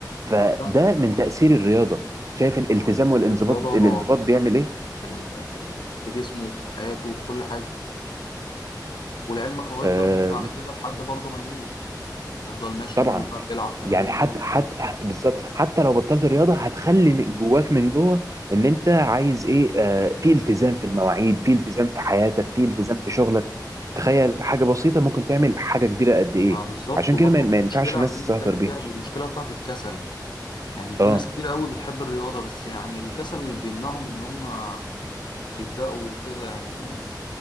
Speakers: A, on the right; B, on the left.
A: فده
B: آه، فعلا
A: من تاثير الرياضه شايف الالتزام
B: آه.
A: والانضباط
B: الرياضة
A: الانضباط بيعمل
B: فرقت
A: ايه؟
B: في ال... في ال... في جسمه وفي حياته وفي كل حاجة ولعلمك هو يفضل
A: مم.
B: ماشي على كده لحد برضه ما يموت يفضل ماشي
A: طبعا
B: إن هو بيلعب تمارينه
A: يعني حتى حتى بالظبط حتى لو بطلت الرياضه هتخلي من جواك من جوه ان انت عايز ايه آه في التزام في المواعيد في التزام في حياتك في التزام في شغلك تخيل حاجه بسيطه ممكن تعمل حاجه كبيره قد ايه
B: ما بالظبط
A: عشان
B: وبرضه
A: كده ما ما ينفعش
B: المشكلة
A: الناس
B: عايزين
A: تستهتر
B: نتكلم
A: بيها
B: فيها المشكلة بتاعت الكسل يعني في
A: اه
B: ناس كتير قوي بتحب الرياضة بس يعني الكسل بيمنعهم إن هم بيبدأوا كده يعني